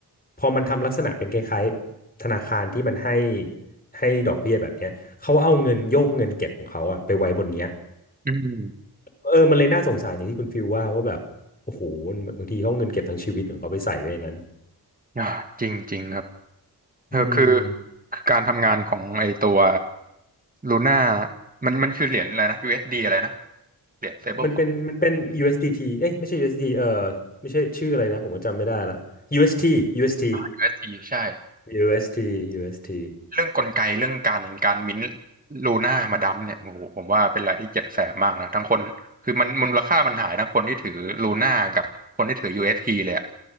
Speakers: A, on the left; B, on the right.
A: พอมันทำลักษณะเป็นคล้ายๆธนาคารที่มันให้ให้ดอกเบี้ยแบบเนี้ยเขาเอาเงินโยกเงินเก็บของเขาอะไปไว้บนเนี้ย
B: อืม
A: เออมันเลยน่าสงสารอย่างที่คุณฟิลว่าว่าแบบ โอ้โห บางทีเขาเอาเงินเก็บทั้งชีวิตของเขาไปใส่ไว้ในนั้น
B: <laughs> อ่าจริงจริงครับเออคือ
A: อืม
B: คือการทำงานของไอตัวลูน่ามันมันคือเหรียญอะไรนะ USD อสดีอะไรนะเหรียญเซเบิลคอย
A: มันเป็นมันเป็น USDT เอสดีทีเอ้ยไม่ใช่ USDT เอสดีเออไม่ใช่ชื่ออะไรนะ ผมก็จำไม่ได้ละ UST UST
B: USD ใช่
A: UST UST อสทียูเอสทียูเอสที
B: เรื่องกลไกเรื่องการการมิ้นท์ลูน่ามาดัมเนี่ยโอ้โหผมว่าเป็นอะไรที่เจ็บแสบมากนะทั้งคนคือมันมูลค่ามันหายทั้งคนที่ถือลูน่ากับคนที่ถือ UST เอสทีเลยอะ